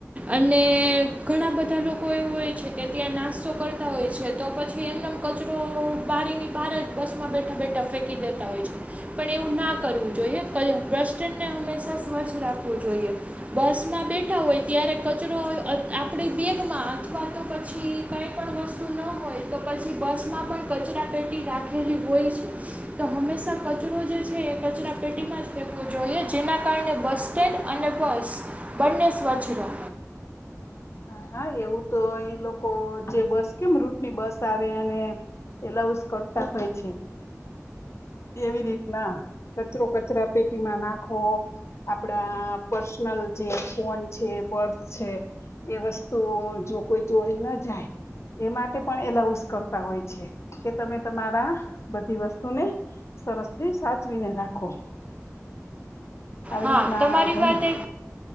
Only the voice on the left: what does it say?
<unintelligible> હ હા એવું તો એ લોકો જે બસ કેમ રૂટની બસ આવે અને એલાઉઝ કરતા હોય છે. એવી રીતના કચરો કચરા પેટીમાં નાખો. આપડા પર્સનલ જે ફોન છે પર્સ છે. એ વસ્તુ જો કોઈ ચોરી ના જાય એ માટે પણ એલાઉશ કરતા હોય છે કે તમે તમારા બધી વસ્તુને સરસ થી સાચવીને રાખો. આવી
રીતના
ગણે